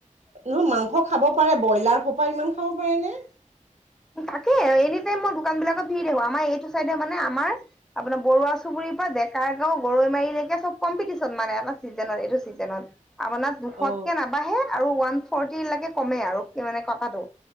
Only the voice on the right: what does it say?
নহ মাংস খাব পাৰে ব্ৰইলাৰ সোপা ইমান খাব পাৰে নে
অ